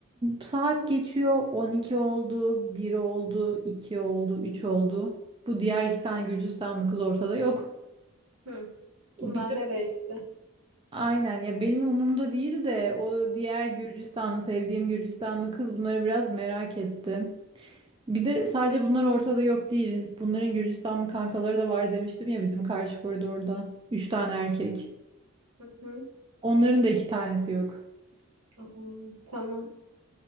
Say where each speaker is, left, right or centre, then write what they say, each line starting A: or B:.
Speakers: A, on the right (about 25°); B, on the right (about 80°).
A: Saat geçiyor 12 oldu, 1 oldu, 2 oldu, 3 oldu. Bu diğer iki tane Gürcistanlı kız ortada yok.
B: Hı.
A: Bir
B: Bunlar
A: de
B: nereye gitti?
A: aynen ya benim umurumda değil de o diğer Gürcistanlı sevdiğim Gürcistanlı kız bunları biraz merak etti. Bir de sadece bunlar ortada yok değil. Bunların Gürcistanlı kankaları da var demiştim ya bizim karşı koridorda. Üç tane erkek.
B: Hı hı.
A: Onların da iki tanesi yok.
B: Hmm, tamam.